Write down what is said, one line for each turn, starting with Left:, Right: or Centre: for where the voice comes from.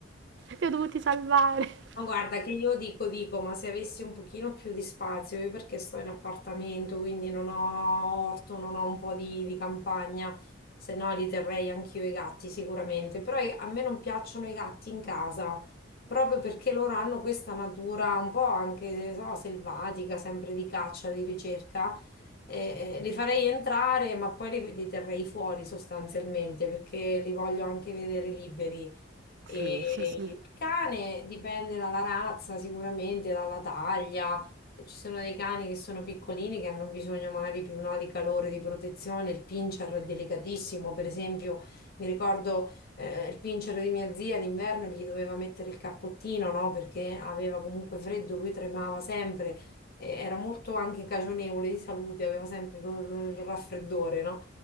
Right: li ho dovuti salvare.
Left: Ma guarda che io dico, dico, ma se avessi un pochino più di spazio, io perché sto in appartamento, quindi non ho orto, non ho un po' di, di campagna, se no li terrei anch'io i gatti sicuramente, però i- a me non piacciono i gatti in casa, proprio perché loro hanno questa natura un po' anche, so, selvatica, sempre di caccia, di ricerca, Eh, eh, li farei entrare, ma poi li li terrei fuori sostanzialmente, perché li voglio anche vedere liberi. E
Right: Sì, sì, sì,
Left: il cane dipende dalla razza, sicuramente, dalla taglia. Ci sono dei cani che sono piccolini che hanno bisogno magari più no, di calore, di protezione. Il pincher è delicatissimo, per esempio, mi ricordo eh, il pincher di mia zia d'inverno gli doveva mettere il cappottino, no? Perché aveva comunque freddo, lui tremava sempre, eh, era molto anche cagionevole di salute, aveva sempre il il- il raffreddore, no?